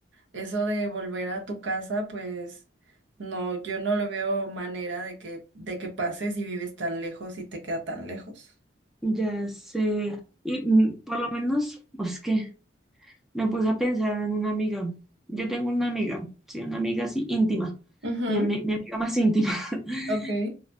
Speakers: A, on the right; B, in the centre.
A: Eso de volver a tu casa, pues no, yo no lo veo manera de que, de que pases y vives tan lejos y te queda tan lejos.
B: Ya sé. Y mm, por lo menos, pues, es que me puse a pensar en una amiga. Yo tengo una amiga, sí, una amiga así íntima.
A: Ujú,
B: Mi, ami- mi amiga más íntima. <laughs>
A: Ok.